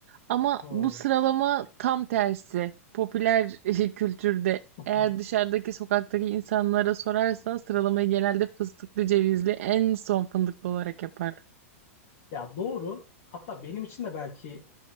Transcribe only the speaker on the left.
Hmm.
<laughs>
Ya doğru. Hatta benim için de belki